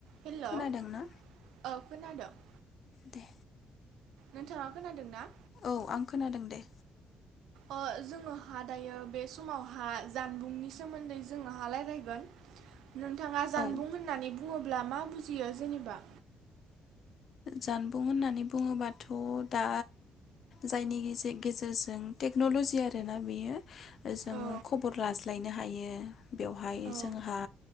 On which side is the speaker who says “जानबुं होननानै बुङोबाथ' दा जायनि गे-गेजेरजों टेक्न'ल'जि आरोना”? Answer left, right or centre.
Left